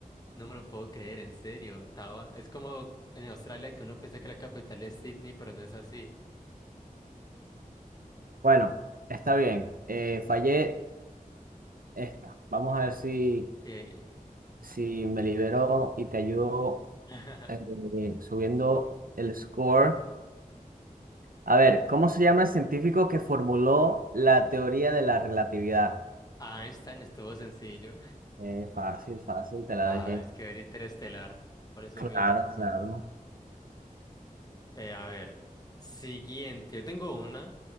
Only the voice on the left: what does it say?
No me lo puedo creer, en serio, estaba Es como en Australia que uno piensa que la capital es Sydney, pero no es así.
Ey.
Ah,
<laughs> Einstein estuvo sencillo. <laughs>
Ah,
es que ver Interestelar, por eso
mismo.
Eh, a ver, siguiente. Yo tengo una